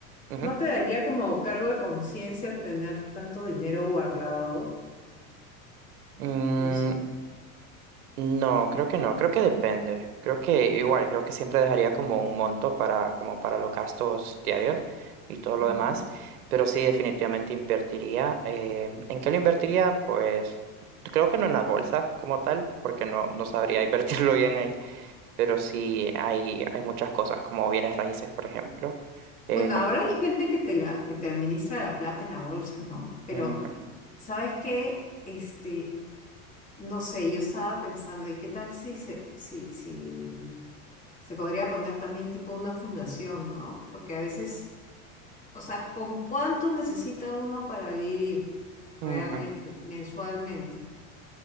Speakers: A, on the right; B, on the left.
A: Ujú.
B: ¿No te daría como cargo de conciencia tener tanto dinero guardado?
A: Mm,
B: No sé.
A: No, creo que no, creo que depende. Creo que igual, creo que siempre dejaría como un monto para, como para los gastos diarios y todo
B: Ujú.
A: lo demás, pero sí definitivamente invertiría. eh, ¿en qué lo invertiría? Pues creo que no en la bolsa como tal, porque no, no sabría invertirlo <laughs> bien ahí, pero sí hay, hay muchas cosas como bienes raíces, por ejemplo.
B: Bueno,
A: eh, com-
B: ahora hay gente que te la, que te administra la plata en la bolsa, ¿no? Pero,
A: Ujú,
B: ¿sabes qué? Este, no sé, yo estaba pensando, ¿y qué tal si se, si, si se podría poner también tipo una fundación, ¿no? Porque a veces, o sea, ¿con cuánto necesita uno para vivir realmente,
A: ujú.
B: mensualmente?